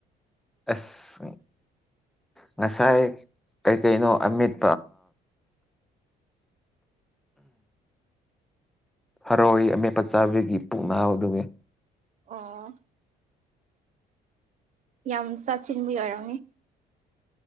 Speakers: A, in the centre; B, on the right.
A: ꯑꯁ ꯉꯁꯥꯏ ꯀꯩꯀꯩꯅꯣ ꯑꯃꯤꯠ ꯍꯔꯣꯏ ꯑꯃꯦꯠꯄ ꯆꯥꯕꯤꯒꯤ ꯄꯨꯛꯅꯥꯎꯗꯦ
B: ꯑꯣ ꯌꯥꯝ ꯆꯥꯁꯤꯟꯕ ꯑꯣꯏꯔꯝꯅꯤ